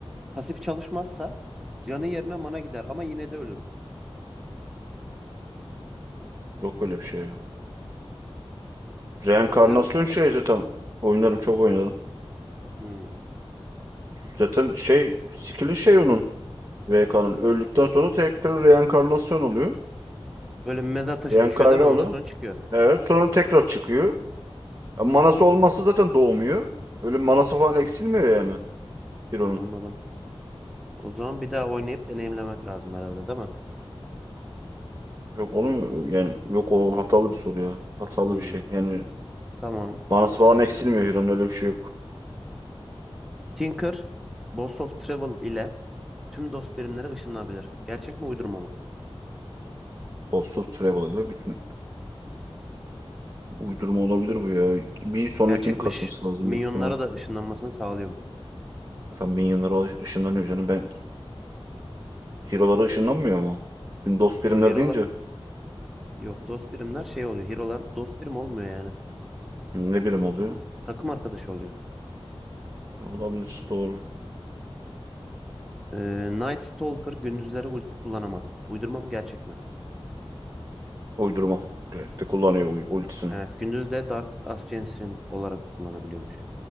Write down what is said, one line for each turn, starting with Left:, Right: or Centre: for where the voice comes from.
Centre: Pasif çalışmazsa canı yerine mana gider ama yine de ölür.
Right: Yok öyle bir şey ya. Reenkarnasyon
Centre: Oynar mısın?
Right: şey zaten. Oynarım çok oynarım.
Centre: Hmm.
Right: Zaten şey skill'i şey onun. VK'nın. Öldükten sonra tekrar reenkarnasyon oluyor.
Centre: Böyle bir mezar taşı
Right: Reenkarne
Centre: düşüyor değil mi?
Right: oluyor.
Centre: Ondan sonra çıkıyor.
Right: Evet sonra tekrar çıkıyor. E, Manası olmazsa zaten doğmuyor. Öyle manası falan eksilmiyor yani. Hero'nun.
Centre: Anladım. O zaman bir daha oynayıp deneyimlemek lazım herhalde değil mi?
Right: Yok oğlum yani yok o hatalı bir soru ya. Hatalı
Centre: Hmm.
Right: bir şey. Yani
Centre: Tamam.
Right: Manası falan eksilmiyor Hiro'nun öyle bir şey yok.
Centre: Tinker, Boss of Travel ile tüm dost birimlere ışınlanabilir. Gerçek mi uydurma mı?
Right: Olsa Travel'ıyla bütün uydurma olabilir bu ya. Bir sonrakini
Centre: Gerçekmiş.
Right: kasması lazım
Centre: Minyonlara
Right: büyük ihtimal.
Centre: da ışınlanmasını sağlıyormuş.
Right: Tam Minion'lara ış- ışınlanıyor canım ben. Hero'lara ışınlanmıyor mu? Şimdi dost birimler
Centre: Yok hero'lar
Right: deyince
Centre: Yok dost birimler şey oluyor. Hero'lar dost birim olmuyor yani.
Right: hı, ne birim oluyor?
Centre: Takım arkadaşı oluyor.
Right: Olabilir doğru.
Centre: Ee, Night Stalker gündüzleri ulti kullanamaz. Uydurma mı gerçek mi?
Right: Uydurma. Gayet de kullanıyor u- ultisini.
Centre: Evet, gündüzde Dark Ascension olarak kullanabiliyormuş.